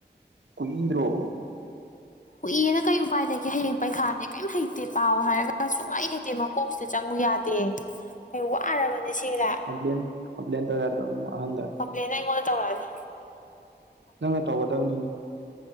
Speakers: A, on the right (about 80°); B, on the left (about 45°).
A: ꯀꯨꯣꯏꯟꯗ꯭ꯔꯣ
B: ꯎꯏꯅ ꯀꯩ ꯎꯄꯥꯏꯗꯒꯤꯦ ꯍꯌꯦꯡ ꯄꯩꯈꯥꯅꯦ ꯀꯩꯝ ꯍꯩꯇꯦ ꯄꯥꯎ ꯍꯥꯏꯔꯒ ꯁꯨꯡ ꯍꯩ ꯍꯩꯇꯦ ꯅꯠꯇꯦ ꯃꯀꯣꯛꯁꯤꯗ ꯆꯪꯉꯨ ꯌꯥꯗꯦ ꯑꯩ ꯋꯥꯔꯕꯅꯦ ꯁꯤꯗ
A: ꯀ꯭ꯂ <inaudible> <inaudible>
B: ꯀꯝꯄ꯭ꯂꯦꯟꯅꯥ ꯑꯩꯩꯑꯣꯟꯗ ꯇꯧꯔꯛꯑ ꯅꯤ
A: ꯅꯪꯅ ꯇꯧꯒꯗꯕꯅꯤ